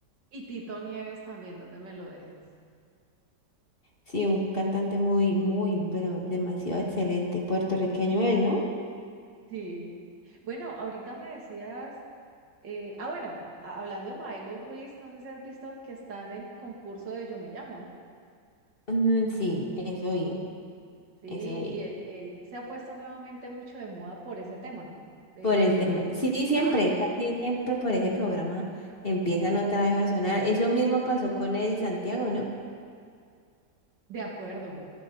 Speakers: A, on the right; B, on the left.
A: Y Tito Nieves también, ¿dónde me lo dejas?
B: Sí, un cantante muy, muy, pero demasiado excelente. Puertorriqueño él, ¿no?
A: Sí. Bueno, ahorita me decías... Eh, ah, bueno, a- hablando de Maelo Ruiz, no sé si has visto que está en el concurso de Yo Me Llamo, ¿no?
B: Mm, sí, eso vi,
A: Sí,
B: eso
A: y
B: vi.
A: él, él se ha puesto nuevamente mucho de moda por ese tema, ¿no? De,
B: Por el
A: de,
B: tema. Sí, siempre,
A: ya,
B: casi siempre por ese programa empiezan otra vez a sonar. Eso mismo pasó con Eddie Santiago, ¿no?
A: de acuerdo,